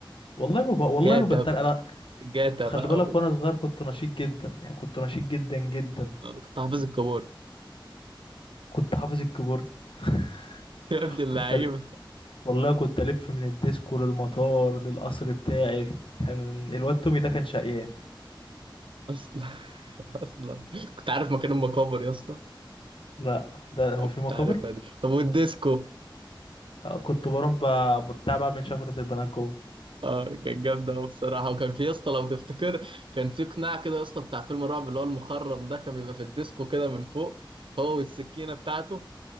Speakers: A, on the left (about 80°); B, on the right (about 75°).
A: والله ما ب... والله
B: جاتا
A: ما بتريق انا
B: جاتا
A: خلي
B: بقى
A: بالك
B: و-
A: وانا صغير كنت نشيط جدا يعني كنت نشيط جدا جدا
B: وكنت حافظ الكبار
A: كنت حافظ الكيبورد <laughs>
B: يا ابن اللعيبة
A: كنت ل... والله كنت الف من الديسكو للمطار للقصر بتاعي كان الواد تومي ده كان شقيان
B: اصلا اصلا كنت عارف مكان المقابر يا اسطى
A: لا ده هو
B: كنت
A: في مقابر
B: عارفها دي طب والديسكو
A: آه، كنت بروح ب... بتاع بعمل شفرة البنات جوه
B: اه كانت جامدة أوي بصراحة وكان في يا اسطى لو تفتكر كان في قناع كده يا اسطى بتاع فيلم الرعب اللي هو المخرم ده كان بيبقى في الديسكو كده من فوق هو والسكينة بتاعته